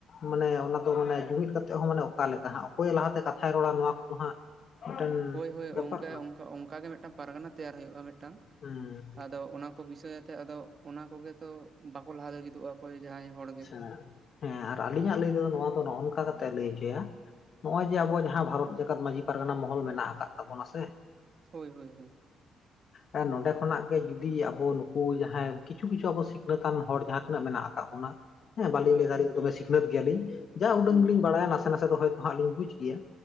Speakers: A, on the left; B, on the right.
A: ᱢᱟᱱᱮ ᱚᱱᱟ ᱫᱚ ᱢᱟᱱᱮ ᱡᱩᱢᱤᱫ ᱠᱟᱛᱮᱜ ᱦᱚᱸ ᱢᱟᱱᱮ ᱚᱠᱟ ᱞᱮᱠᱟ ᱦᱟᱸᱜ ᱚᱠᱚᱭ ᱞᱟᱦᱟᱛᱮ ᱠᱟᱛᱷᱟᱭ ᱨᱚᱲᱟ ᱱᱚᱣᱟ ᱠᱚᱫᱚ ᱦᱟᱸᱜ ᱢᱤᱫᱴᱮᱱ
B: ᱦᱳᱭ ᱦᱳᱭ
A: ᱵᱮᱯᱟᱨ
B: ᱚᱱᱠᱟ
A: ᱠᱟᱱᱟ
B: ᱚᱱᱠᱟ ᱚᱱᱠᱟ ᱜᱮ ᱢᱤᱫᱴᱟᱝ ᱯᱟᱨᱜᱟᱱᱟ ᱛᱮᱭᱟᱨ ᱦᱩᱭᱩᱜᱼᱟ ᱢᱤᱫᱴᱟᱝ
A: ᱦᱩᱸ
B: ᱟᱫᱚ ᱚᱱᱟ ᱠᱚ ᱵᱤᱥᱚᱭ ᱟᱛᱮ ᱟᱫᱚ ᱚᱱᱟ ᱠᱚᱜᱮ ᱛᱚ ᱵᱟᱠᱚ ᱞᱟᱦᱟ ᱞᱟᱹᱜᱤᱫᱚᱜᱼᱟ ᱚᱠᱚᱭ ᱡᱟᱦᱟᱸᱭ ᱦᱚᱲ ᱜᱮ
A: ᱦᱮᱸ ᱦᱮᱸ ᱟᱨ ᱟᱞᱤᱧᱟᱜ ᱞᱟᱹᱭ ᱛᱮᱫᱚ ᱱᱚᱣᱟ ᱫᱚ ᱱᱚᱜᱼᱚ ᱱᱚᱝᱠᱟ ᱠᱟᱛᱮ ᱞᱟᱹᱭ ᱦᱚᱪᱚᱭᱟ ᱱᱚᱜ ᱚᱭ ᱡᱮ ᱟᱵᱚᱣᱟᱜ ᱡᱟᱦᱟᱸ ᱵᱷᱟᱨᱚᱛ ᱡᱟᱠᱟᱛ ᱢᱟᱹᱡᱷᱤ ᱯᱟᱨᱜᱟᱱᱟ ᱢᱚᱦᱚᱞ ᱢᱮᱱᱟᱜ ᱟᱠᱟᱫ ᱛᱟᱵᱚᱱᱟ ᱥᱮ
B: ᱦᱳᱭ ᱦᱳᱭ ᱦᱳᱭ
A: ᱦᱮᱸ ᱱᱚᱸᱰᱮ ᱠᱷᱚᱱᱟᱜ ᱜᱮ ᱡᱩᱫᱤ ᱟᱵᱚ ᱱᱩᱠᱩ ᱡᱟᱦᱟᱸᱭ ᱠᱤᱪᱷᱩ ᱠᱤᱪᱷᱩ ᱟᱵᱚ ᱥᱤᱠᱷᱱᱟᱹᱛ <inaudible> ᱦᱚᱲ ᱡᱟᱦᱟᱸ ᱛᱤᱱᱟᱹᱜ ᱢᱮᱱᱟᱜ ᱟᱠᱟᱫ ᱵᱚᱱᱟ ᱦᱮᱸ ᱵᱟᱹᱞᱤᱧ
B: ᱦᱩᱸ
A: ᱞᱟᱹᱭ ᱫᱟᱞᱤᱧ ᱫᱚᱢᱮ ᱥᱤᱠᱷᱱᱟᱹᱛ ᱜᱮᱭᱟᱞᱤᱧ ᱡᱟ ᱩᱰᱟᱹᱝ
B: ᱦᱩᱸ
A: ᱞᱤᱧ ᱵᱟᱲᱟᱭᱟ ᱱᱟᱥᱮ ᱱᱟᱥᱮ ᱫᱚ ᱦᱚᱭᱛᱚ ᱦᱟᱸᱜ ᱞᱤᱧ ᱵᱩᱡ ᱜᱮᱭᱟ